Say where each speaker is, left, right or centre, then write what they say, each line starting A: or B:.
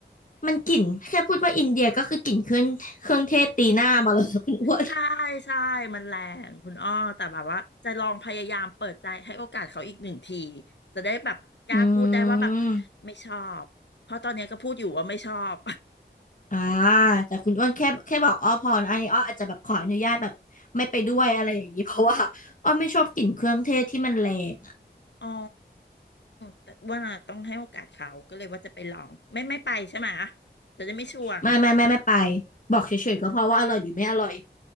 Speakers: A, on the left; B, on the left.
A: มันกลิ่นแค่พูดว่าอินเดียก็คือกลิ่นเครื่องเครื่องเทศตีหน้ามาแล้วนะคุณอ้วน
B: ใช่ใช่มันแรงคุณอ้อแต่แบบว่าจะลองพยายามเปิดใจให้โอกาสเขาอีกหนึ่งทีจะได้แบบกล้าพูดได้ว่าแบบ
A: อืม
B: ไม่ชอบเพราะตอนเนี้ยก็พูดอยู่ว่าไม่ชอบ
A: อ่าแต่คุณอ้วนแค่แค่บอกอ้อพอนะอันนี้อ้ออาจจะแบบขออนุญาตแบบไม่ไปด้วยอะไรอย่างนี้เพราะว่าอ้อไม่ชอบกลิ่นเครื่องเทศที่มันแรง
B: อ๋อแต่ว่าน่ะต้องให้โอกาสเขาก็เลยว่าจะไปลองไม่ไม่ไปใช่ไหมจะได้ไม่ชวน
A: ไม่ไม่ไม่ไม่ไปบอกเฉยๆก็เพราะว่าอร่อยหรือไม่อร่อย